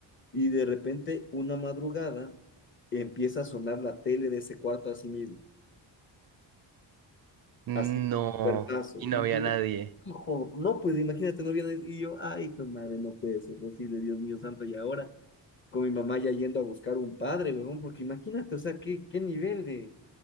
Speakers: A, on the left (about 25°); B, on the right (about 55°).
A: Y de repente, una madrugada, empieza a sonar la tele de ese cuarto a sí mismo,
B: No,
A: así, puertazo.
B: y no
A: Y
B: había
A: yo,
B: nadie.
A: Ojo, no, pues imagínate, no viene y yo, ay, hijo de madre, no puede ser posible, Dios mío santo, y ahora con mi mamá ya yendo a buscar un padre, huevón, porque imagínate, o sea, qué, qué nivel de,